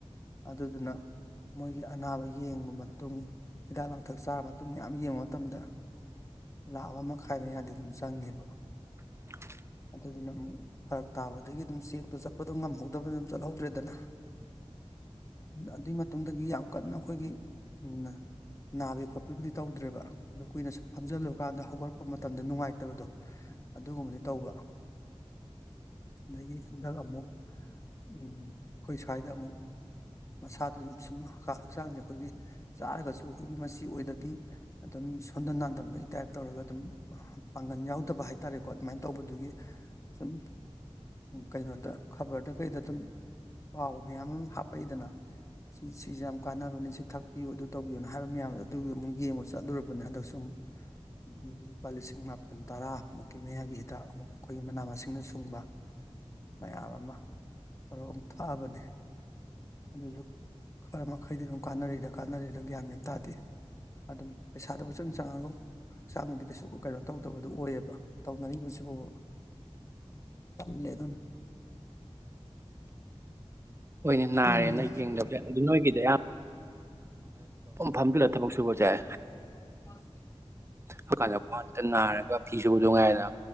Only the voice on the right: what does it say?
<unintelligible>
<unintelligible>
ꯍꯣꯏꯅꯦ ꯅꯥꯔꯦꯅ
ꯌꯦꯡꯗꯕꯁꯦ ꯑꯗꯨ ꯅꯣꯏꯒꯤꯗꯤ ꯌꯥꯝ ꯐꯝꯗꯨꯂ ꯊꯕꯛ ꯁꯨꯕꯖꯥꯏ
ꯍꯥꯏꯀꯥꯟꯗ ꯈ꯭ꯋꯥ ꯈꯤꯇ ꯅꯥꯔꯒ ꯐꯤ ꯁꯨꯕ ꯑꯗꯨꯅꯨꯡꯉꯥꯏꯗꯅ